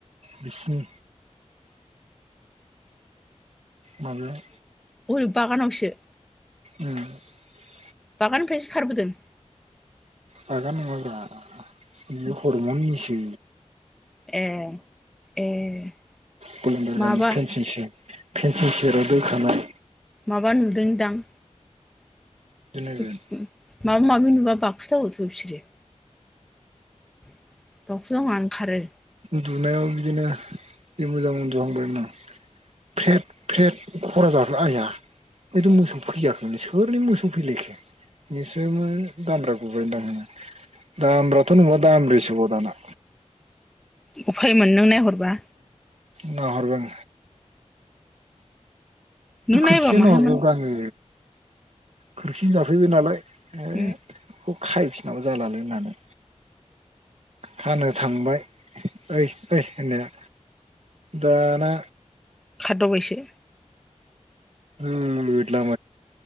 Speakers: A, on the right; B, in the centre.
A: बिस्नि माबेयाव
B: बरै बागानावसो।
A: <unintelligible>
B: बागान निफायसो खारबोदों।
A: जागा नङाब्रा बियो हरम' निसो।
B: ए ए
A: पन्दार
B: माबा
A: गामनि फेनसिस फेनसिं सेराव दोखानाय।
B: माबा नुदोंदां।
A: दोननांगोन
B: माबा माबि नुबा बाखुथावोथ' बिसोरो। <unintelligible> ओंखारो।
A: उदुनायाव बिदिनो जि मोजां उन्दुहांबायमोन। फेद फेद खरा जाहो आइया। बेथ' मोसौ फैयाखैमोनलै सोरनि मोसौ फैलायखो। निसोमो दामब्रा गुबायन दां दामब्राथ' नुबा दामब्रिसो। <unintelligible> दाना।
B: उफाय मोन नों नायहरबा।
A: नाहरगोन।
B: नों
A: खोरखिजा
B: नायबा माहायमोन
A: नाहरबायब्रा आङो खोरखिजों जाफैबाय नालाय। ए
B: उम
A: बेखौ खायफिनाबा जालालै होननानै। खानो थांबाय ओय ओय होननाया। दाना
B: खाददावबायसो।
A: <unintelligible> फैथा